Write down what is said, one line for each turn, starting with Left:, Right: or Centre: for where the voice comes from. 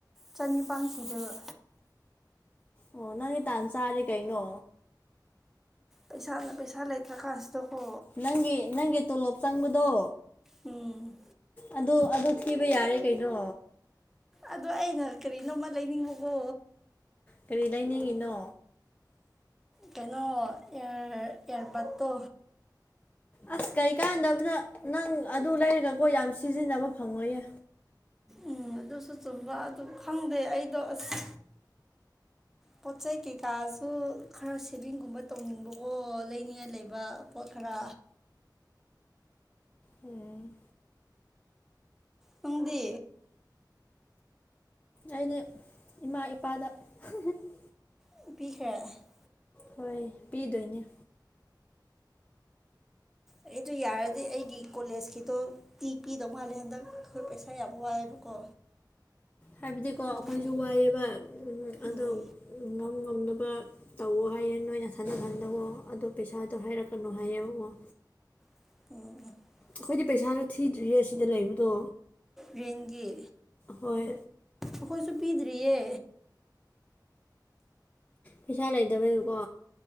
Centre: ꯆꯅꯤꯄꯥꯟ ꯊꯤꯗꯕ
Left: ꯑꯣ ꯅꯪꯗꯤ ꯇꯥꯟ ꯆꯥꯔꯦ ꯀꯩꯅꯣ
Centre: ꯄꯩꯁꯥꯅ ꯄꯩꯁꯥ ꯂꯩꯇ꯭ꯔ ꯀꯥꯟꯁꯤꯗ ꯠꯇꯣꯕꯨ
Left: ꯅꯪꯒꯤ ꯅꯪꯒꯤ ꯇꯣꯂꯣꯞ ꯆꯪꯕꯗꯣ
Centre: ꯎꯝ
Left: ꯑꯗꯨ ꯑꯗꯨ ꯊꯤꯕ ꯌꯥꯔꯦ ꯀꯩꯅꯣ
Centre: ꯑꯗꯣ ꯑꯩꯅ ꯀꯔꯤꯅꯣꯝꯃ ꯂꯩꯅꯤꯡꯕꯀꯣ
Left: ꯀꯔꯤ ꯂꯩꯅꯤꯡꯉꯤꯅꯣ
Centre: ꯀꯩꯅꯣ ꯑꯦꯔ ꯑꯦꯔꯕꯠꯇꯣ
Left: ꯑꯁ ꯀꯩꯀꯥꯟꯗꯕꯗ ꯅꯪ ꯑꯗꯨ ꯂꯩꯔꯒꯒꯣ ꯌꯥꯝ ꯁꯤꯖꯤꯟꯅꯕ ꯐꯪꯉꯣꯏꯌꯦ
Centre: ꯎꯝ ꯑꯗꯨꯁꯨ ꯆꯨꯝꯕ ꯑꯗꯨ ꯈꯪꯗꯦ ꯑꯩꯗꯣ ꯑꯁ ꯄꯣꯠ ꯆꯩ ꯀꯩꯀꯥꯁꯨ ꯈꯔ ꯁꯦꯚꯤꯡꯒꯨꯝꯕ ꯇꯧꯅꯤꯡꯕꯀꯣ ꯂꯩꯅꯤꯡꯉꯥꯏ ꯂꯩꯕ ꯄꯣꯠ ꯈꯔ
Left: ꯎꯝ
Centre: ꯅꯪꯗꯤ
Left: ꯑꯩꯗꯤ ꯏꯃꯥ ꯏꯄꯥꯗ <unintelligible>
Centre: <unintelligible>
Left: ꯍꯣꯏ ꯄꯤꯗꯣꯏꯅꯦ
Centre: ꯑꯩꯗꯣ ꯌꯥꯔꯗꯤ ꯑꯩꯒꯤ ꯀꯣꯂꯦꯖꯀꯤꯗꯣ ꯇꯤ ꯄꯤꯗꯧ ꯃꯥꯜꯂꯦ ꯍꯟꯗꯛ ꯑꯩꯈꯣꯏ ꯄꯩꯁꯥ ꯌꯥꯝ ꯋꯥꯏꯑꯦꯕꯀꯣ
Left: ꯍꯥꯏꯕꯗꯤꯀꯣ
Centre: ꯑꯗꯨꯒꯤ
Left: ꯑꯈꯣꯏꯁꯨ ꯋꯥꯏꯑꯦꯕ ꯑꯗꯣ
Centre: ꯎꯝ
Left: ꯉꯝ ꯉꯝꯅꯕ ꯇꯧꯋꯣ ꯍꯥꯏꯌꯦ ꯅꯣꯏ ꯅꯁꯥ ꯅꯁꯥꯅꯒꫭ ꯑꯗꯨ ꯄꯩꯁꯥꯗꯣ ꯍꯥꯏꯔꯛꯀꯅꯨ ꯍꯥꯏꯌꯦꯕꯒꫭ
Centre: <unintelligible>
Left: ꯑꯩꯈꯣꯏꯗꯤ ꯄꯩꯁꯥꯁꯨ ꯊꯤꯗ꯭ꯔꯤꯌꯦ ꯁꯤꯗ ꯂꯩꯕꯗꯣ
Centre: ꯔꯦꯟꯒꯤ
Left: ꯍꯣꯏ
Centre: ꯑꯈꯣꯏꯁꯨ ꯄꯤꯗ꯭ꯔꯤꯌꯦ
Left: ꯄꯩꯁꯥ ꯂꯩꯇꯕꯩꯀꯣ